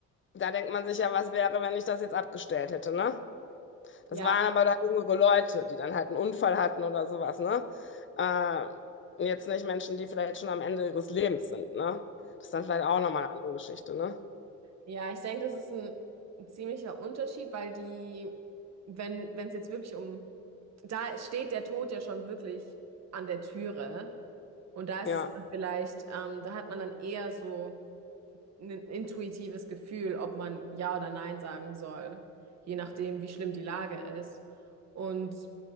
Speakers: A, on the left; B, on the right.
A: da denkt man sich ja, was wäre, wenn ich das jetzt abgestellt hätte, ne? Das
B: ja,
A: waren aber dann jüngere Leute, die dann halt einen Unfall hatten oder sowas, ne? Äh, jetzt nicht Menschen, die vielleicht schon am Ende ihres Lebens sind, ne? Das ist dann vielleicht auch nochmal eine andere Geschichte, ne?
B: Ja, ich denke, das ist ein, ein ziemlicher Unterschied, weil die, wenn wenn es jetzt wirklich um, da steht der Tod ja schon wirklich an der Türe und da ist
A: Ja.
B: es dann vielleicht, ähm, da hat man dann eher so ein intuitives Gefühl, ob man Ja oder Nein sagen soll, je nachdem, wie schlimm die Lage ist. Und